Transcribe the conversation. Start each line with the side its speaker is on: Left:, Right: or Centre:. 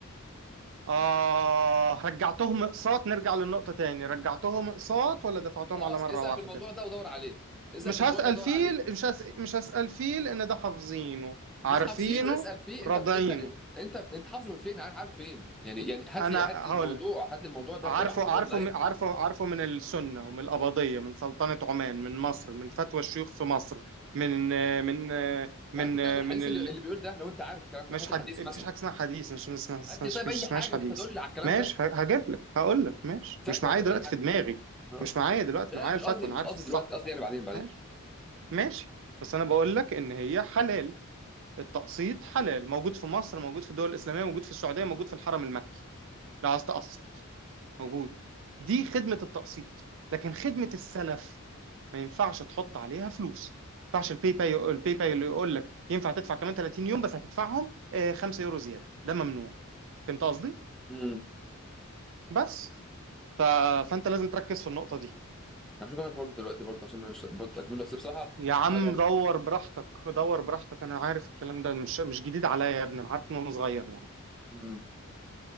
Right: آه رجعتهم اقساط نرجع للنقطة تاني رجعتهم اقساط ولا دفعتهم
Centre: خلاص
Right: على مرة
Centre: اسال
Right: واحدة
Centre: في الموضوع ده ودور عليه اسال
Right: مش
Centre: في الموضوع
Right: هسأل
Centre: ده ودور
Right: فيه
Centre: عليه
Right: مش هس... مش هسأل فيه لأن ده حافظينه عارفينه
Centre: مش حافظينه اسال فيه
Right: راضعينه
Centre: انت بت... انت انت انت انت حافظه من فين عارف عارف فين يعني يعني هات
Right: أنا
Centre: لي هات لي
Right: هقول
Centre: الموضوع
Right: لك
Centre: هات لي الموضوع ده
Right: عارفه
Centre: ابعته
Right: عارفه
Centre: لي اونلاين
Right: م- عارفه عارفه من السنة ومن القبضية من سلطنة عمان من مصر من فتوى الشيوخ في مصر من من من
Centre: وهات لي طيب الحديث
Right: من ال...
Centre: اللي, اللي بيقول ده لو انت عارف الكلام ده
Right: مش
Centre: هات
Right: حد...
Centre: لي الحديث
Right: مفيش
Centre: مثلا
Right: حاجة اسمها حديث مش مش مش
Centre: هات
Right: مش-
Centre: لي طيب
Right: مش
Centre: اي
Right: اسمهاش
Centre: حاجه
Right: حديث
Centre: بتدل على الكلام
Right: ماشي
Centre: ده
Right: ه- هجيب لك هقول لك ماشي
Centre: فتوى
Right: مش معايا
Centre: طيب
Right: دلوقتي
Centre: اي حاجه
Right: في دماغي
Centre: آه.
Right: مش معايا دلوقتي
Centre: لا
Right: أنا
Centre: لا
Right: معايا
Centre: مش
Right: الفتوى
Centre: قصدي
Right: أنا
Centre: مش
Right: عارف
Centre: قصدي
Right: الصح
Centre: دلوقتي قصدي يعني بعدين بعدين
Right: ماشي ماشي بس أنا بقول لك إن هي حلال التقسيط حلال موجود في مصر موجود في الدول الإسلامية موجود في السعودية موجود في الحرم المكي لو عايز تقسط موجود دي خدمة التقسيط لكن خدمة السلف ما ينفعش تحط عليها فلوس ما ينفعش الباي باي الباي باي اللي يقول لك ينفع تدفع كمان 30 يوم بس هتدفعهم آه، 5 يورو زيادة ده ممنوع فهمت قصدي
Centre: امم
Right: بس ف... فانت لازم تركز في النقطة دي
Centre: هشوف انا الحوار ده دلوقتي برضه عشان أنا برضه اكمله بس بصراحه
Right: يا عم
Centre: ح- يعني
Right: دور براحتك دور براحتك انا عارف الكلام ده مش مش جديد عليا يا ابني انا عارف من وانا صغير يعني
Centre: امم